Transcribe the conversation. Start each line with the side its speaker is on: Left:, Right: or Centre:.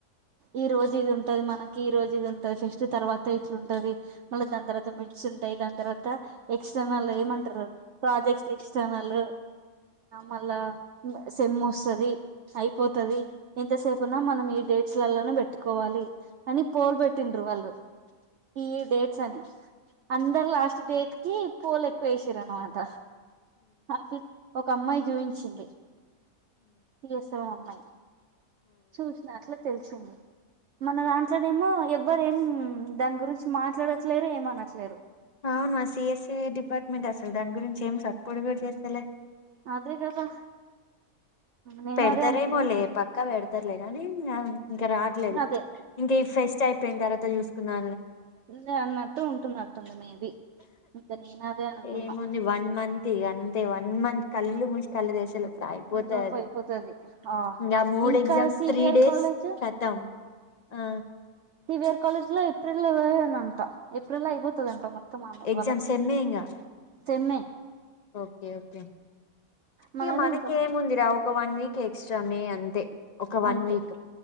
Right: ఈ రోజు ఇది ఉంటది మనకి ఈ రోజు ఇది ఉంటది ఫెస్ట్ తర్వాత ఇట్లు ఉంటది మళ్ళీ దాని తర్వాత మిర్చి ఉంటాయి దాని తర్వాత ఎక్స్ట్ వాళ్లు ఏమంటారు ప్రాజెక్ట్స్ ఎక్స్టర్నల్ మళ్ళా సమ్ వస్తుది అయిపోతుది ఎంతసేపున మనం ఈ డేట్స్లలోనే పెట్టుకోవాలి అని పోల్బెటిలు అలు ఈ డేట్స్ అని అందరు లాస్ట్ డేట్ కి పూలు ఎక్కువ వేసర అనమాట అ ఒక అమ్మాయి చూపించింది ఎస్వం అమ్మాయి చూసిన అట్లా తెలిసింది మన దాంట్లోనే ఏమో ఎవర ఏం దాని గురించి మాట్లాడట్లేరు ఏం అనట్లేరు
Left: అవునుమా సిఎస్ఈ డిపార్ట్మెంట్ అసలు దాని గురించి ఏం సపోర్ట్ కూడా చేస్తలే
Right: అదే కదా నేను
Left: పెడతారే
Right: అదే అనుకుంటున్నా
Left: మోలే పక్క పెడత సర్లే కానీ ఇంకా రాట్లేదు
Right: అదే
Left: ఇంకా ఈ ఫెస్ట్ అయిపోయిన తర్వాత చూసుకున్నా
Right: లే అన్నట్టు ఉంటున్నట్టుంది మేబి ఇంకా నేను అదే అనుకున్నా
Left: ఏముంది వన్ మంత్ అంతే వన్ మంత్ కళ్ళు ముసి తెరిచేలోపు అయిపోతా
Right: లోపు అయిపోతది ఆ
Left: ఇంకా మూడ్
Right: ఇంకా
Left: exams
Right: CVR
Left: three days
Right: college
Left: కతాం ఆ
Right: ఈ వేర్ కాలేజ్ లో ఏప్రిల్ంట ఏప్రిల్ లో అయిపోతుందంట ఉత్తమ
Left: ఎగ్జామ్
Right: వాళ్ళకి
Left: సెమ్మే ఇంగా
Right: సమ్మె
Left: ఓకే ఓకే
Right: మనది
Left: ఇక మనకేముందిరా
Right: ఇంకా మే
Left: ఒక వన్ వీక్ ఎక్స్ట్రా మే అంతే ఒక వన్
Right: అంతే
Left: వీక్